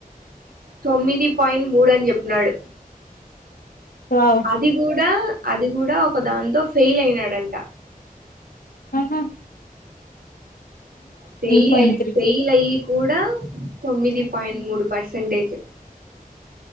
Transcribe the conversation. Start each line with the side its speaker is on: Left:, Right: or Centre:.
Right: తొమ్మిది పాయింట్ మూడు అని చెప్పినాడు.
Left: వావ్
Right: అది గుడా అది గుడా ఒక దాంతో ఫెయిల్ అయినాడంట.
Left: ఆహా
Right: ఫెయిలై,
Left: పాయింట్ త్రీ
Right: ఫెయిలైయి కూడా తొమ్మిది పాయింట్ మూడు పర్సంటేజ్